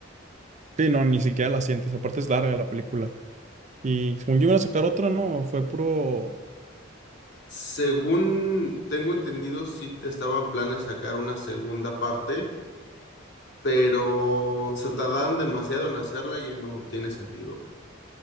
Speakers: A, on the right; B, on the left.
A: Sí, no, ni siquiera la sientes, aparte es larga la película. Y según yo iban a sacar otra, no, fue puro.
B: Según tengo entendido, sí te estaban planes sacar una segunda parte, pero se tardaron demasiado en hacerla y ya no tiene sentido.